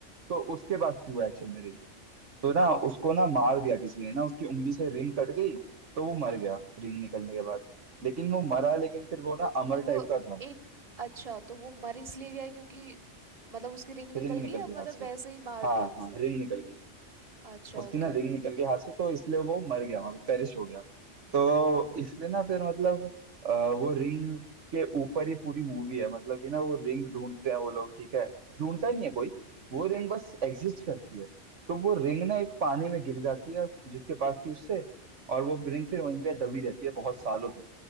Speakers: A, on the right (about 75°); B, on the right (about 30°).
A: तो उसके पास थी वो एक्चुअल में रिंग तो ना उसको ना मार दिया किसी ने ना उसकी उंगली से रिंग कट गई तो वो मर गया रिंग निकलने के बाद लेकिन वो मरा लेकिन फिर वो ना अमर
B: तो वो
A: टाइप का था
B: एक अच्छा तो वो मर इसलिए गया क्योंकि मतलब उसकी रिंग निकल
A: रिंग निकल
B: गई या
A: गई
B: मतलब
A: हाथ से
B: वैसे ही मार
A: हाँ
B: दिया किसी
A: हाँ
B: ने
A: रिंग निकल गई
B: अच्छा
A: उसकी
B: ओके
A: ना रिंग निकल गई हाथ से तो इसलिए वो मर गया वहां पे पेरिश हो गया तो इसलिए ना फिर मतलब अ, वो रिंग के ऊपर ही पूरी मूवी है मतलब कि ना वो रिंग ढूंढते हैं वो लोग ठीक है ढूंढता नहीं है कोई वो रिंग बस एग्जिस्ट करती है तो वो रिंग ना एक पानी में गिर जाती है जिसके पास थी उससे और वो रिंग फिर वहीं पे दबी रहती है बहुत सालों तक